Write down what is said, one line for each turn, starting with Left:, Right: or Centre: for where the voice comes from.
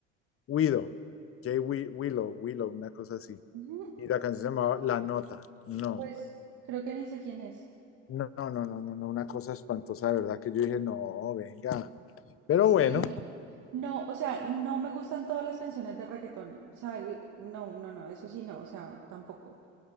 Left: Widow, Jay Wi- Willow, Willow, una cosa así.
Right: Ujú,
Left: Y la canción se llamaba La Nota. No,
Right: Pues creo que ni sé quién es.
Left: no, no, no, no, no, no, una cosa espantosa, de verdad que yo dije, no, venga. Pero
Right: Sí,
Left: bueno,
Right: no. No, o sea, no me gustan todas las canciones de reggaetón. O sea, l- no, no, no, eso sí no, o sea, tampoco.